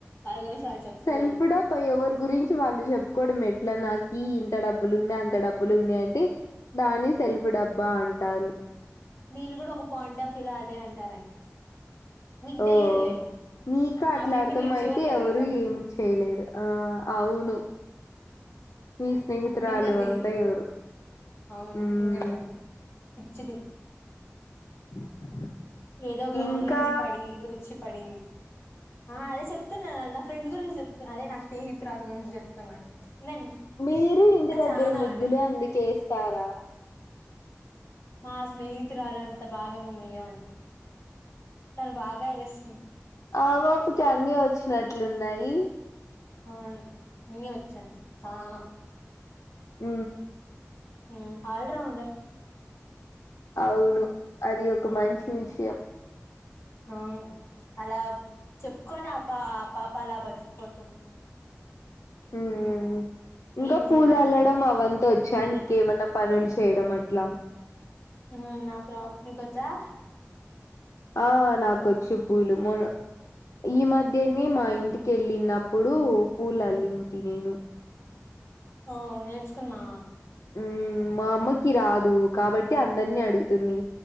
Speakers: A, on the left; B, on the left.
A: వాళ్ళ గురించి వాళ్ళు చెప్పుకోకూడదు
B: సెల్ఫ్ డబ్బా ఎవరు గురించి వాళ్ళు చెప్పుకోవడం ఎట్ల నాకి ఇంత డబ్బులు ఉంది అంత డబ్బులు ఉంది అంటే దాని సెల్ఫ్ డబ్బా అంటారు
A: నేను గూడా ఒక పాయింట్ ఆఫ్ వ్యులో అదే అంటారండి మీకు
B: ఓ
A: తెలియదులేండి
B: నీకు
A: మా
B: అట్లా
A: ఫ్రెండ్
B: అర్థం
A: మీరు చూడలేదు
B: అయితే ఎవరు
A: గదా
B: ఏం చేయలేరు ఆ అవును మీ స్నేహితురాలు
A: తింగర్ది
B: అంతా ఎవరు
A: అవును
B: మ్
A: తింగరదండి పిచ్చిది
B: <inaudible>
A: ఏదో గ్రహణం
B: ఇంకా
A: నుంచి పడి వచ్చి పడింది ఆ అదే చెప్తున్నాను నా ఫ్రెండ్ గురించి చెప్తు అదే నా స్నేహితురాలు గురించి చెప్తున్నాను వినండి
B: మీరు ఇంటి
A: ఇంకా
B: దగ్గర
A: చానా
B: ముగ్గులు
A: అండి
B: అందుకే ఎస్తారా
A: మా స్నేహితురాలుంతా బాగా మేము వేయమండి తను బాగా వేస్తుంది
B: ఆ ఓపిక అన్ని వచ్చినట్లు ఉన్నాయి
A: అవును అన్నీ వచ్చుఅండి చానా
B: ఊ
A: ఉమ్ ఆల్ రౌండర్
B: అవును అది ఒక మంచి విషయం
A: ఆ అలా చెప్పుకొని ఆ పా ఆ పాప అలా బతికిపోతుంది
B: ఉమ్ ఇంకా
A: ఏం
B: పూల
A: చేయలేనండి
B: అల్లడం అవన్ని వచ్చా నీకేమన్నా పనులు చేయడం అట్లా
A: ఉమ్ నాకు రావు నీకొచ్చా
B: ఆ నా కొచ్చు పూలు మ ఈ మధ్యనే మా ఇంటికెళ్ళినప్పుడు పూలల్లింటి నేను
A: ఓ నేర్చుకున్నావా
B: ఉమ్ మా అమ్మకి రాదు కాబట్టి అందరినీ అడుగుతుంది